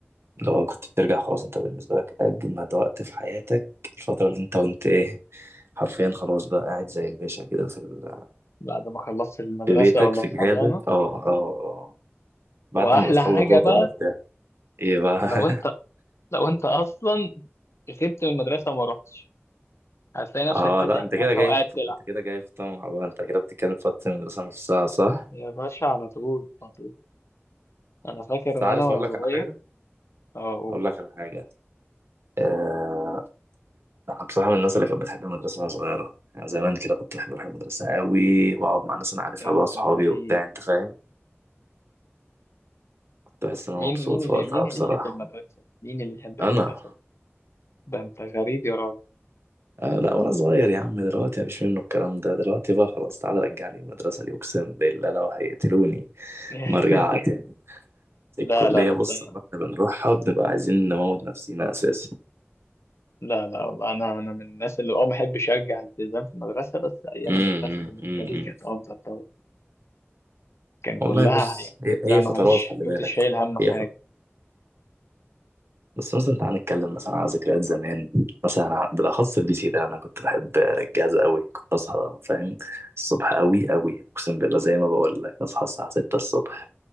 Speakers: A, on the right; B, on the left.
A: لو كنت بترجع خلاص انت بالنسبة لك أجمد وقت في حياتك الفترة اللي انت وانت ايه حرفيا خلاص بقى قاعد زي الباشا كده في, ال...
B: بعد ما خلصت المدرسة
A: في بيتك
B: ولا
A: في
B: الحضانة
A: جهازك اه اه اه اه. بعد
B: واحلى
A: ما بتخلص
B: حاجه
A: بقى
B: بقى
A: تبقى مرتاح ايه بقى
B: لو
A: <laughs>
B: انت لو انت اصلا غبت من المدرسه وما رحتش هتلاقي نفسك
A: اه
B: فاتح
A: لا انت
B: جهازها
A: كده جاي
B: وقاعد
A: في...
B: تلعب
A: انت كده جاي في طمع بقى انت كده بتتكلم في وقت المدرسة نفسها صح؟
B: يا باشا على طول على طول انا فاكر
A: بس
B: ان
A: عارف
B: انا وانا
A: اقول لك
B: صغير
A: على حاجة؟
B: اقول
A: اقول لك على حاجة آه... انا بصراحة من الناس اللي كانت بتحب المدرسة وانا صغيرة يعني زمان كده كنت بحب اروح المدرسة قوي واقعد مع ناس انا عارفها
B: انت
A: بقى اصحابي
B: غريب
A: وبتاع انت فاهم؟ تحس ان هو
B: مين
A: مبسوط
B: مين
A: في
B: اللي
A: وقتها
B: مين
A: أيوة. بصراحة
B: اللي يحب المدرسه مين اللي يحب المدرسه
A: انا
B: ده, ده انت غريب يا راجل
A: آه لا وانا صغير يا عم دلوقتي مفيش منه الكلام ده دلوقتي بقى خلاص تعالى رجعني المدرسة دي اقسم بالله لو هيقتلوني
B: <laughs>
A: ما ارجعها تاني
B: لا
A: الكلية
B: لا بس
A: بص
B: انا
A: لما احنا بنروحها بنبقى عايزين نموت نفسينا اساسا
B: لا لا والله انا انا من الناس اللي اه ما احبش ارجع الالتزام في المدرسه بس ايام
A: امم
B: المدرسه بالنسبه
A: امم
B: لي
A: أمم.
B: كانت افضل طبعا كان
A: والله
B: كلها
A: بص
B: يعني
A: هي
B: انت
A: هي
B: معلش
A: فترات خلي
B: كنت
A: بالك
B: شايل هم حاجه
A: هي بس مثلا تعالى نتكلم مثلا على ذكريات زمان مثلا ع- بالاخص البي سي ده انا كنت بحب الجهاز قوي كنت اصحى فاهم الصبح قوي قوي اقسم بالله زي ما بقول لك اصحى الساعه 6 الصبح